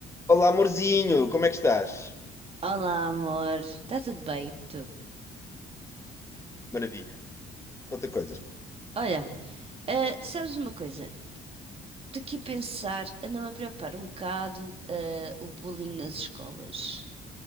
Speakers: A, on the left (about 15°); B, on the right (about 35°).
A: Olá, amorzinho, como é que estás?
B: Olá, amor. Está tudo bem? Tu?
A: Maravilha, conta coisas.
B: Olha, ah, sabes uma coisa? Estou aqui a pensar, anda-me a preocupar um bocado, ah, o bullying nas escolas.